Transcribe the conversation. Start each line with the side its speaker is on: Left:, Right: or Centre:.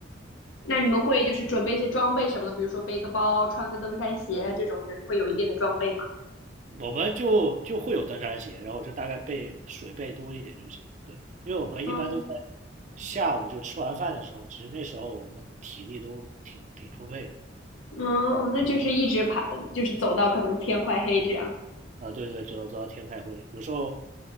Left: 那你们会就是准备一些装备什么的，比如说背个包、穿个登山鞋这种，就是会有一定的装备吗？
Right: 我们就就会有登山鞋，然后就大概备水备多一点就行。对，因为我们一般都在
Left: 嗯。
Right: 下午就吃完饭的时候，其实那时候我们体力都挺挺充沛的。
Left: 哦，那就是一直爬，就是走到可能天快黑这样。
Right: 啊，对对对，走到走到天开会，有时候